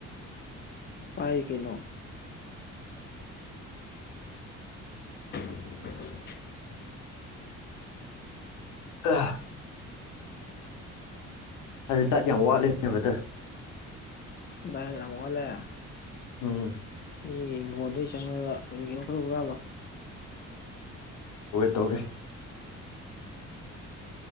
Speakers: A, on the left (about 35°); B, on the left (about 75°).
A: ꯄꯥꯏ ꯀꯩꯅꯣ <unintelligible>
B: ꯑꯥ ꯑꯗꯨ ꯗꯥꯏꯠ ꯌꯥꯝ ꯋꯥꯠꯂꯦꯅꯦ ꯕꯔꯗꯔ
A: ꯗꯥꯏꯠ ꯌꯥꯝ ꯋꯥꯠꯂꯦ
B: ꯎꯝ
A: ꯃꯤꯒꯤ ꯏꯪꯈꯣꯜꯗꯩꯩ ꯆꯪꯉꯒ ꯀꯔꯤꯅꯣ ꯈꯔ ꯍꯨꯔꯥꯜꯂꯣ
B: ꯍꯣꯏ ꯇꯧꯒꯦ